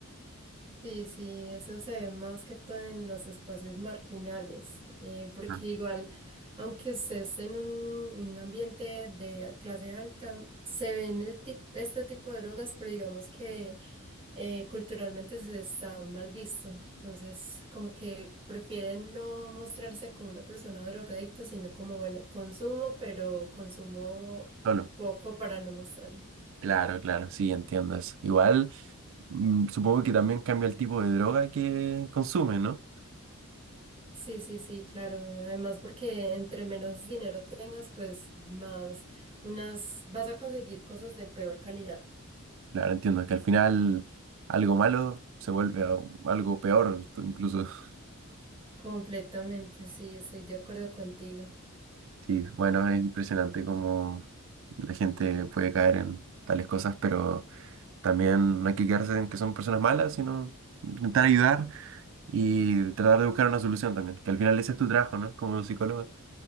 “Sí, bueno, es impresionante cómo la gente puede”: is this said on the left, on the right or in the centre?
Right